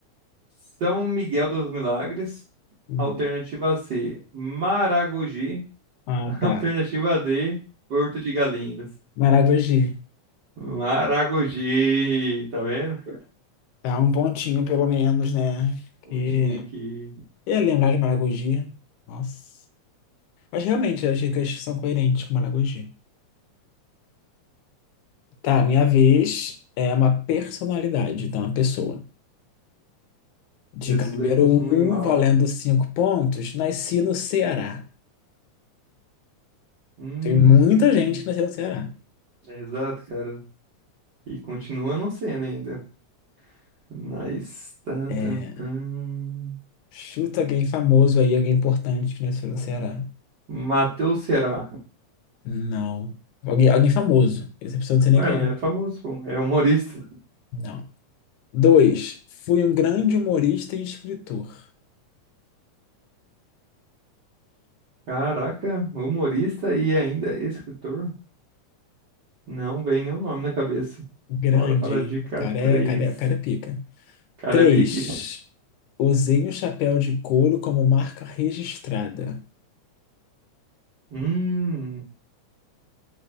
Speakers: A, on the right; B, on the left.
A: São Miguel dos Milagres.
B: Não.
A: Alternativa C, Maragogi.
B: Ah,
A: <laughs>
B: tá.
A: Alternativa D, Porto de Galinhas.
B: Maragogi.
A: Maragogi, tá vendo?
B: Tá um pontinho, pelo menos, né? Que
A: Pontinha aqui.
B: eu ia lembrar de Maragogi. Nossa. Mas realmente, as dicas são coerentes com Maragogi. Tá, minha vez é uma personalidade, então, uma pessoa. Dica
A: Essa
B: número
A: daí eu costumo
B: um,
A: ir mal.
B: valendo cinco pontos. Nasci no Ceará.
A: Hum,
B: Tem muita gente que nasceu no Ceará.
A: é exato, cara. E continua não sendo ainda. Nice. Tan,
B: É,
A: tan, tan.
B: chuta alguém famoso aí, alguém importante que nasceu no Ceará.
A: Matheus Ceará.
B: Não. Alguém, alguém famoso. Essa pessoa não sei nem
A: Ué,
B: quem
A: mas
B: é.
A: é famoso, pô. É humorista.
B: Não. Dois, fui um grande humorista e escritor.
A: Caraca, humorista e ainda escritor. Não vem nenhum nome na cabeça.
B: Grande,
A: Bora para
B: hein?
A: a dica
B: O cara é,
A: 3.
B: o cara é, o cara é pica.
A: Cara,
B: Três,
A: é Big.
B: usei um chapéu de couro como marca registrada.
A: Hum,